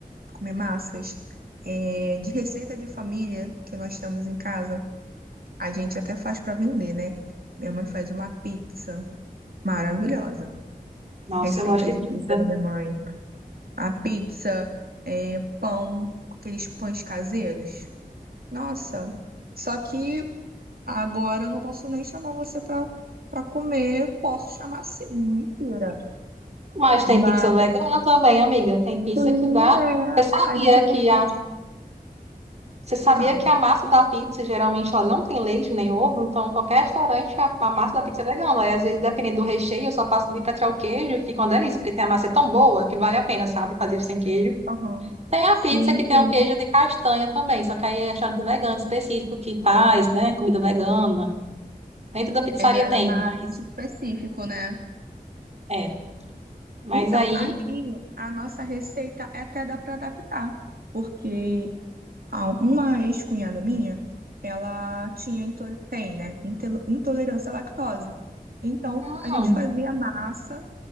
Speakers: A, on the right; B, on the right.
A: comer massas. É, de receita de família que nós temos em casa, a gente até faz para vender, né? Minha mãe faz uma pizza maravilhosa.
B: Nossa,
A: Receita
B: eu gosto de
A: de
B: pizza.
A: pizza da minha mãe. A pizza, é, pão, aqueles pães caseiros. Nossa, só que Agora eu não posso nem chamar você para para comer, posso chamar sim, mentira.
B: Mas tem
A: Mas
B: pizza vegana também, amiga. Tem pizza
A: sim,
B: que dá.
A: é,
B: Você sabia
A: a gente
B: que
A: consegue.
B: a, você sabia
A: Fala.
B: que a massa da pizza geralmente ela não tem leite nem ovo, então qualquer restaurante a, a massa da pizza é vegana. Aí às vezes dependendo do recheio, eu só faço de petróleo queijo, que fica uma delícia, porque tem a massa é tão boa que vale a pena, sabe, fazer sem queijo.
A: Aham.
B: Tem a
A: Sim,
B: pizza que tem
A: sim.
B: o queijo de castanha também, só que aí é restaurante vegano específico que faz, né? Comida vegana. Nem toda pizzaria
A: É, já é
B: tem,
A: mais
B: mas
A: específico, né?
B: é. Mas
A: Então,
B: aí,
A: aqui a nossa receita até dá para adaptar, porque a- uma ex-cunhada minha, ela tinha, into- tem, né, intelo- intolerância à lactose. Então,
B: hum,
A: a gente fazia massa,